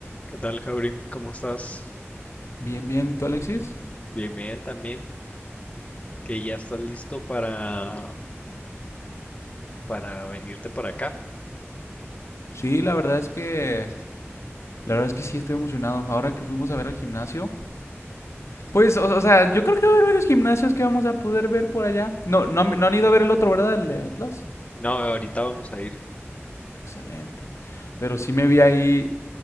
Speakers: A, on the left; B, on the left.
A: ¿Qué tal, Jaurim? ¿Cómo estás?
B: Bien, bien. ¿Y tú, Alexis?
A: Bien, bien también, que ya estás listo para, para venirte para acá.
B: Sí, la verdad es que, la verdad es que sí estoy emocionado. Ahora que fuimos a ver al gimnasio, pues, o, o sea, yo creo que va a haber varios gimnasios que vamos a poder ver por allá. No, no, han- no han ido a ver el otro, ¿verdad? El de Atlas.
A: No, ahorita vamos a ir.
B: Excelente. Pero sí me vi ahí